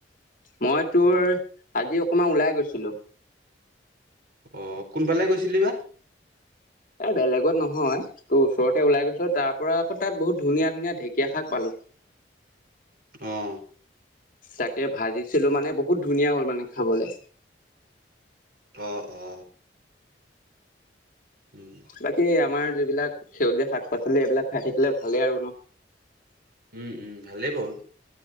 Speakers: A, on the left; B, on the right.
A: মই তোৰ
B: উম
A: আজি কমান ওলাই গৈছিলো।
B: অ', কোনফালে গৈছিলি বা?
A: এ বেলেগত নহয়, তোৰ ওচৰতে ওলাই গৈছো, তাৰ পৰা আকৌ তাত বহুত ধুনীয়া ধুনীয়া ঢেকীয়া শাক পালো।
B: অ'।
A: চাকে ভাঁজিছিলো মানে বহুত ধুনীয়া হ'ল মানে খাবলে।
B: অ অ। উম
A: বাকী আমাৰ বিলাক সেউজীয়া শাক পাচলি এইবিলাক খাই থাকিলে ভালেই আৰু ন?
B: উম উম ভালেই বাৰু।